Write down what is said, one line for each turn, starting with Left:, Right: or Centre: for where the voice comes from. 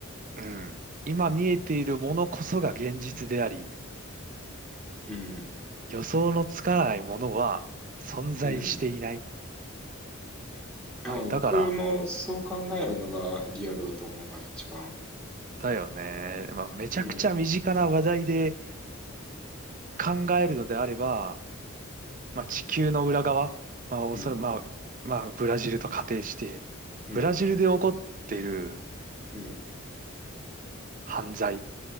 Right: うん。今見えているものこそが現実であり、
Centre: うん、
Right: 予想のつかないものは存在していない。
Centre: うん。あ僕もそう考えるのがリアルだと思うな、
Right: まあ、だから、
Centre: 一番。
Right: だよね。まあ、めちゃくちゃ身近な話題で
Centre: うん、
Right: 考えるのであれば、まあ、地球の裏側、まあ、おそらく、
Centre: うん、
Right: まあ、まあ、ブラジルと仮定して、
Centre: うん、
Right: ブラジルで起こってる
Centre: うん、
Right: 犯罪っ